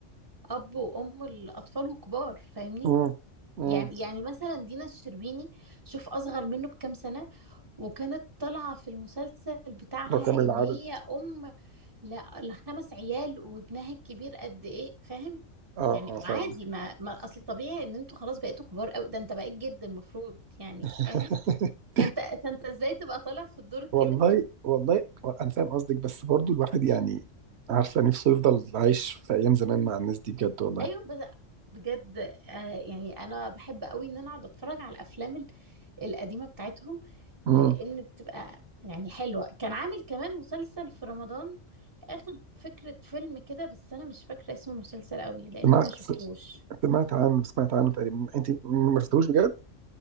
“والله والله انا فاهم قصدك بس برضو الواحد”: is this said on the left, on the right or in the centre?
Right